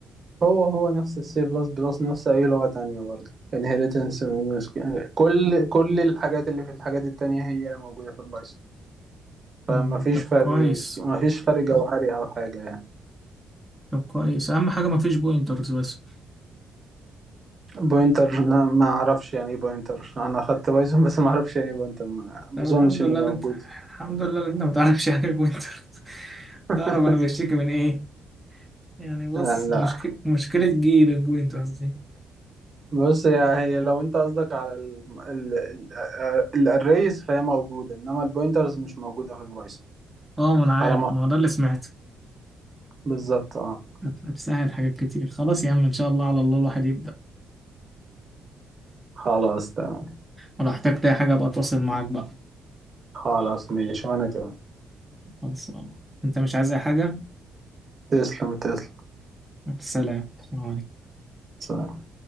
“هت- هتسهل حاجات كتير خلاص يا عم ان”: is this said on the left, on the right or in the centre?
Centre